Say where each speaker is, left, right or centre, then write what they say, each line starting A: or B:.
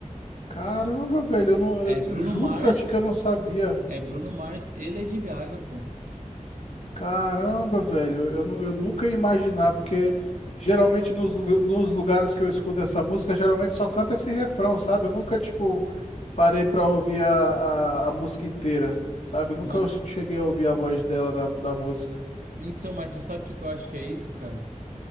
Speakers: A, on the left; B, on the right.
A: Caramba, velho, eu não,
B: É
A: eu
B: Bruno
A: juro
B: Mars,
A: pra ti que eu não sabia.
B: é Bruno Mars e Lady Gaga, pô.
A: Caramba, velho, eu, nu- eu nunca ia imaginar, porque geralmente nos, lu- nos lugares que eu escuto essa música, geralmente só canta esse refrão, sabe? Eu nunca, tipo, parei pra ouvir a, a, a música inteira, sabe? Eu nunca
B: Mas
A: os- cheguei a ouvir a voz dela na, da música.
B: então, mas tu sabe o que que eu acho que é isso, cara?